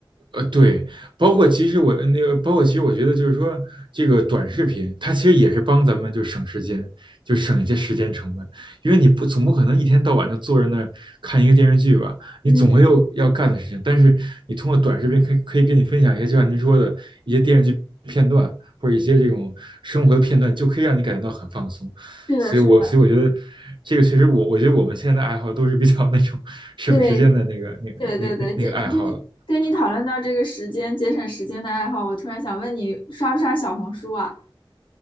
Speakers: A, on the right (about 60°); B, on the left (about 70°).
A: 呃，对，包括其实我呃那个，包括其实我觉得就是说，这个短视频它其实也是帮咱们就省时间，就省一些时间成本，因为你不总不可能一天到晚就坐在那儿看一个电视剧吧，
B: 嗯，
A: 你总会有要干的事情。但是你通过短视频可以可以跟你分享一些，就像您说的一些电视剧片段或者一些这种生活的片段，就可以让你感觉到很放松。
B: 是的，
A: 所以我所以我觉得这个确实我我觉得我们现在的爱好都是比较那种
B: 是的，
A: <laughs> 省时间的那个那个那个那个那个爱好了。
B: 对，对对对，姐，跟你跟你讨论到这个时间节省时间的爱好，我突然想问你，刷不刷小红书啊？